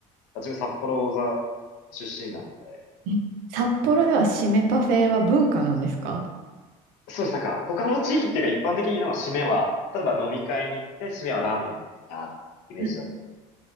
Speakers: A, on the left (about 80°); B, on the right (about 80°).
A: 自分札幌座出身なので、
B: え札幌では締めパフェは文化なんですか
A: そうです。なんか、他の地域っていうか一般的になんか締めは、例えば飲み会に行って締めはラーメンみたいなイメージだと思う。
B: うん